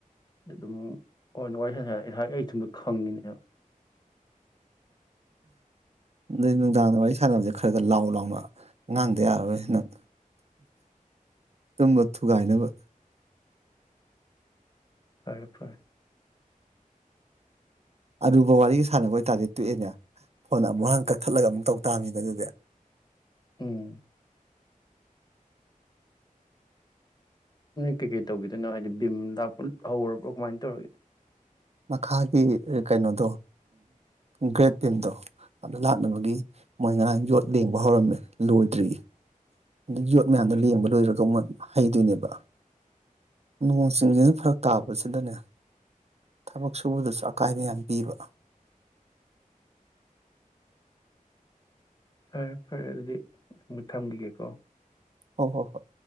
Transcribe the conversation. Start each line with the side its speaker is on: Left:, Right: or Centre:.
Left: ꯑꯗꯨꯝ ꯑꯣꯏꯅ ꯋꯥꯔꯤ ꯁ ꯉꯥ ꯑꯩ ꯁꯨꯝꯗ ꯈꯪꯉꯤꯅꯦꯕ
Right: ꯑꯗꯩ ꯅꯨꯡꯗꯥꯡꯗ ꯋꯥꯔꯤ ꯁꯥꯟꯅꯕꯁꯦ ꯈꯔ ꯈ ꯂꯥꯎ ꯂꯥꯎꯅ ꯉꯥꯡꯗ ꯌꯥꯔꯔꯣꯏ ꯅꯪ ꯇꯨꯝꯕ ꯊꯨꯒꯥꯏꯅꯕ
Left: ꯐꯔꯦ ꯐꯔꯦ
Right: ꯑꯔꯨꯕ ꯋꯥꯔꯤꯒ ꯁꯥꯟꯅꯕ ꯑꯣꯏꯇꯥꯔꯗꯤ ꯇꯣꯛꯑꯦꯅꯦ ꯐꯣꯟ ꯑꯃꯨꯛ ꯍꯥꯟ ꯀꯛꯊꯠꯂꯒ ꯑꯃꯨꯛ ꯇꯧ ꯇꯥꯝꯃꯤꯅ ꯑꯗꯨꯗꯤ
Left: ꯎꯝ ꯀ ꯀꯦ ꯇꯧꯤꯗꯣꯏꯅꯣ ꯍꯥꯏꯗꯤ ꯚꯝ ꯂꯥꯛꯄ ꯍꯧꯔꯕ꯭ꯔꯣ ꯀꯃꯥꯏꯅ ꯇꯧꯔꯒꯦ
Right: ꯃꯈꯥꯒꯤ ꯀꯩꯅꯣꯗꯣ ꯒ꯭ꯔꯦꯠ ꯄꯤꯝꯗꯣ ꯑꯗ ꯂꯥꯛꯅꯕꯒꯤ ꯃꯣꯏ ꯉꯔꯥꯡ ꯌꯣꯠ ꯂꯦꯡꯕ ꯍꯧꯔꯝꯃꯦ ꯂꯣꯏꯗ꯭ꯔꯤꯌꯦ ꯑꯗ ꯌꯣꯠ ꯃꯌꯥꯝꯗꯣ ꯂꯦꯡꯕ ꯂꯣꯏꯔꯒ ꯑꯃꯨ ꯍꯩꯗꯣꯏꯅꯦꯕ ꯅꯣꯡ ꯆꯤꯡꯁꯤꯅ ꯐꯔꯛ ꯇꯥꯕꯁꯤꯗꯅꯦ ꯊꯕꯛ ꯁꯨꯕꯗꯁꯨ ꯑꯀꯥꯏꯕ ꯌꯥꯝ ꯄꯤꯕ
Left: ꯐꯔꯦ ꯐꯔꯦ ꯑꯗꯨꯗꯤ ꯑꯗꯨ ꯊꯝꯈꯤꯒꯦꯀꯣ
Right: ꯍ ꯍꯣꯏ ꯍꯣꯏ